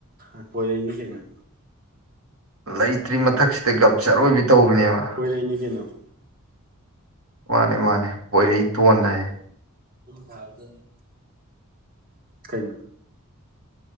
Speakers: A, on the right; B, on the right.
A: ꯍꯣꯏ ꯄꯣꯏꯔꯅꯤ ꯀꯩꯅꯣ
B: ꯂꯩꯇ꯭ꯔꯤ ꯃꯊꯛꯁꯤꯗ ꯒꯞ ꯑꯔꯣꯏꯕꯤ ꯇꯧꯕꯅꯦꯕ
A: ꯍꯣꯏꯔꯛꯏꯅꯤ ꯀꯩꯅꯣ
B: ꯃꯥꯅꯦ ꯃꯥꯅꯦ ꯄꯣꯏꯔꯩ ꯇꯣꯟ ꯍꯥꯏꯌꯦ
A: ꯊꯗ ꯀꯩ